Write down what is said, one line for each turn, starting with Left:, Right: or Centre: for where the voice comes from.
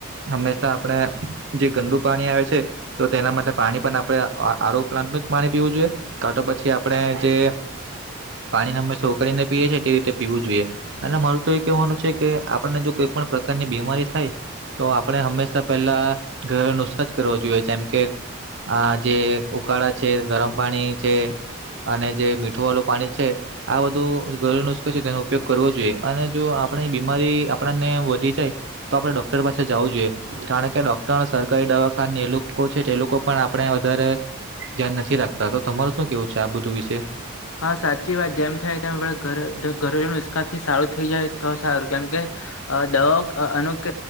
Right: હંમેશા આપડે જે ગંદુ પાણી આવે છે. તો તેના માટે પાણી પણ આપણે આરો પ્લાન્ટનું જ પાણી પીવું જોઈએ. કા તો પછી આપણે જે પાણી હંમેશા ઉકાળીને પીએ છીએ તે રીતે પીવું જોઈએ. અને મારું તો એ કહેવાનું છે કે આપણને જો કોઈ પણ પ્રકારની બીમારી થાય તો આપણે હંમેશા પહેલા ઘરેલા નુસ્ખા જ કરવા જોઈએ, જેમ કે આ જે ઉકાળા છે, ગરમ પાણી છે. અને જે મીઠું વાળું પાણી છે. આ બધું ઘરેલ નુસ્ખો છે તેનો ઉપયોગ કરવો જોઈએ, અને જો આપણી બીમારી આપણને વધી જાય. તો આપડે ડોક્ટર પાસે જાવું જોઈએ. કારણ કે ડોક્ટરને સરકારી દવાખાની એ લોકો છે તે લોકો પણ આપણે વધારે ધ્યાન નથી રાખતા. તો તમારું શું કેવું છે આ બધું વિશે?
Left: હા સાચી વાત. જેમ થાય તેમ આપણે ઘરે ઘરેલુ નુસ્કા થી સારું થઈ જાય તો સારું. કેમ કે અ દવાઓ અનુક